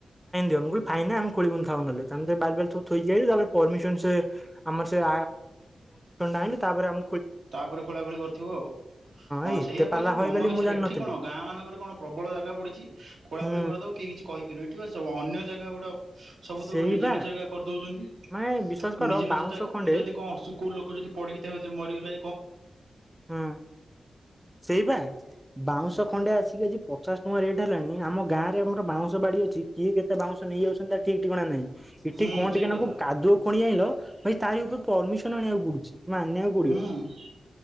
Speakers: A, in the centre; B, on the right (about 85°).
A: ଫ ମୁଁ କମ ଖୋଲୀନଥାଉ ନହଲେ ତାେ ବାର ବାର ଥାଇ ତା ପରମିସନ ସେ ଆମ ସେମିନ ଆ ତାପରେ ଆମ
B: ତାପରେ ଖୋଳା ଖୋଳି କରିଥିବ ଆଉ ହଁ
A: ଏ ଏତେ
B: ସେଇଆାବ
A: ପାଲା
B: ଅଛି
A: ହଏ
B: ମନ
A: ବୋଲି
B: ଇଚ୍ଛା
A: ମୁଁ ଜାଣିନଥିଲି
B: ଏଠି କଣ ଗାଁ ମାନଙ୍କରେ କଣ ପ୍ରବଳ ଜାଗା ପଡିଛି ଖୋଳାଖୋଳି
A: ହୁଁ
B: କରିଦବ କିହି କିଛି କହିପାରିବେ ଏଠିକି ଅ ଅନ୍ୟ ଜାଗା ଗୋଟା ସବୁତ
A: ସେଇ
B: ନିଜ
A: ବା
B: ନିଜ ଜାଗା କରିଦଉଛନ୍ତି ନିଜ
A: ମାନେ ବିଶ୍ଵାସ କର
B: ନିଜ
A: ବାଉଁଶ
B: ଜାଗା
A: ଖଣ୍ଡେ
B: ପୁଣି ଯଦି କଣ ଆସୁଛି କୋଉ ଲୋକ ଯଦି ପଡିକି ତା ଭିତରେ ମରିଗଲା
A: ହୁଁ ସେଇପା ବାଉଁଶ ଖଣ୍ଡେ ଆସିକି ଆଜି ପଚାଶ ଟଙ୍କା ରେଟ୍ ହେଲାଣି ଆମ ଗାଁରେ ଆମର ବାଉଁଶ ବାଡ଼ି ଅଛି କିଏ କେତେ ବାଉଁଶ ନେଇଯାଉଛନ୍ତି ତା ଠିକ୍ ଠିକଣା ନାହିଁ ଏଠି
B: ହୁଁ
A: କଣ
B: ସେଇ
A: ଟିକେ
B: କଥା
A: ନାଗୁରୁ ଖଣି ଆଇିଲ ଭାଇ ତାରି ଉପରେ ପରମିସନ ଆଣିବାକୁ ପଡୁଛି ମାନିବାକୁ ପଡିବ
B: ହୁଁ ହୁଁ